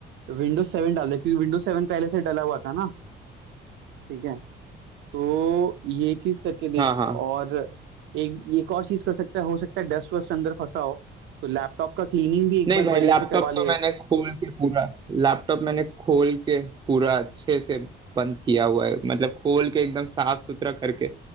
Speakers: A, on the right; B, on the right.
A: विंडोज सेवन डाल दे क्योंकि विंडोज सेवन पहले से डला हुआ था ना ठीक है तो ये चीज करके देख
B: हाँ हाँ
A: और एक एक और चीज कर सकता है हो सकता है डस्ट वस्ट अंदर फंसा हो तो लैपटॉप का क्लीनिंग भी एक
B: नहीं
A: बार
B: भाई
A: बढ़िया
B: लैपटॉप
A: से करवा ले
B: तो मैंने खोल के पूरा लैपटॉप मैंने खोल के पूरा अच्छे से बंद किया हुआ है मतलब खोल के एकदम साफ सुथरा करके